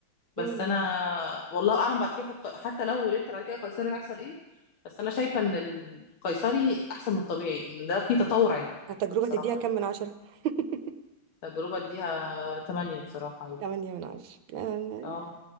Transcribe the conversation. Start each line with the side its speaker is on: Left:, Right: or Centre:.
Left: بس
Right: مم.
Left: انا والله اعلم بعد كده في الق- حتى لو ولدت بعد كده قيصري هيحصل ايه بس انا شايفة ان القيصري احسن من الطبيعي ان ده فيه تطور علمي
Right: التجربه
Left: بصراحة
Right: تديها كام من عشره <laughs>
Left: التجربة اديها تمانية بصراحة عادي
Right: تمانية من عشرة آه،
Left: اه